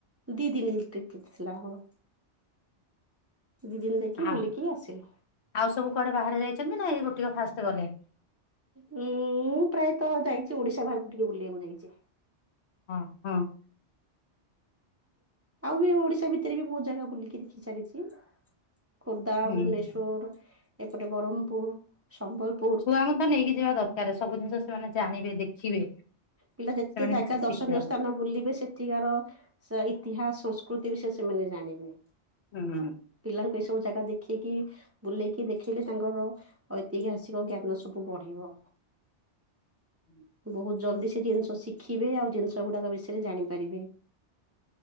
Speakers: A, on the right; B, on the left.
A: ଦି ଦିନ ଟ୍ରିପ ଥିଲା ଆମର। ଦି ଦିନ ଦେଖି
B: ଆଉ
A: ବୁଲିକି ଆସିଲୁ।
B: ଆଉ ସବୁ କୁଆଡେ ବାହାରେ ଯାଇଛନ୍ତି ନା ଏଇ ଗୋଟେ ଫାଷ୍ଟ ଗଲେ।
A: ମୁଁ ପ୍ରାୟତ ଯାଇଛି ଓଡିଶା ବାହାରକୁ ଟିକେ ବୁଲିବାକୁ ଯାଇଛି।
B: ହଁ ହଁ।
A: ଆଉ ବି ଓଡିଶା ଭିତରେ ବି ବହୁତ ଜାଗା ବୁଲିକି ଦେଖି ସାରିଛି। ଖୋର୍ଦ୍ଧା,
B: ହୁଁ।
A: ଭୁବନେଶ୍ୱର, ଏପଟେ ବ୍ରହ୍ମପୁର, ସମ୍ବଲପୁର।
B: ଛୁଆଙ୍କୁ ତ ନେଇକି ଯିବା ଦରକାର ସବୁ ଜିନିଷ ସେମାନେ ଜାଣିବେ ଦେଖିବେ
A: ପିଲା ଯେତେ
B: ସେମାନେ
A: ଜାଗା
B: କିଛି
A: ଦର୍ଶନୀୟ
B: ଶିଖିବା
A: ସ୍ଥାନ ବୁଲିବେ ସେ ଏଠିକାର ଇତିହାସ ସଂସ୍କୃତି ବିଷୟରେ ସେମାନେ ଜାଣିବେ।
B: ହୁଁ।
A: ପିଲାଙ୍କୁ ଏସବୁ ଜାଗା ଦେଖିକି। ବୁଲେଇକି ଦେଖିଲେ ତାଙ୍କର ଐତିହାସିକ ଜ୍ଞାନ ସବୁ ବଢିବ।
B: ହୁଁ <unintelligible>
A: ବହୁତ ଜଲଦି ସେ ଜିନିଷ ଶିଖିବେ ଆଉ ଜିନିଷ ଗୁଡାକ ବିଷୟରେ ଜାଣିପାରିବେ।